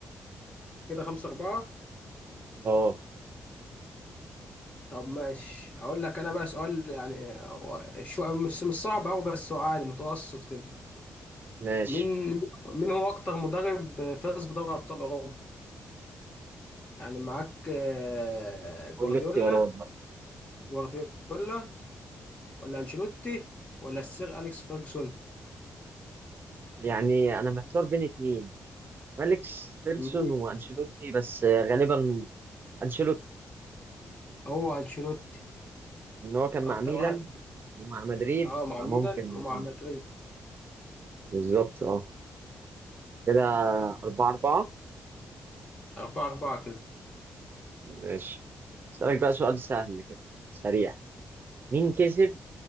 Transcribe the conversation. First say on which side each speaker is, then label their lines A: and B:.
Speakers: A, on the left (about 25°); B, on the right (about 45°).
A: كده خمسة أربعة
B: اه
A: طب ماشي أقول لك أنا بقى سؤال يعني هو شو مش مش صعب أوي بس هو عادي متوسط كده
B: ماشي
A: مين مين هو أكتر مدرب فاز بدوري أبطال أوروبا يعني معاك آه، جوارديولا
B: قول لي اختيارات بقى
A: جوارديولا ولا أنشيلوتي ولا السير أليكس فيرجسون
B: يعني أنا محتار بين اتنين فيليكس فيلسون
A: مين
B: وأنشيلوتي بس آه، غالبا أنشيلوتي
A: هو أنشيلوتي
B: إن هو كان
A: أكتر
B: مع ميلان
A: واحد
B: ومع مدريد
A: أه مع
B: فممكن
A: ميلان ومع مدريد
B: بالظبط اه كده أربعة أربعة
A: أربعة أربعة كده
B: ماشي أسألك بقى سؤال سهل كده سريع مين كسب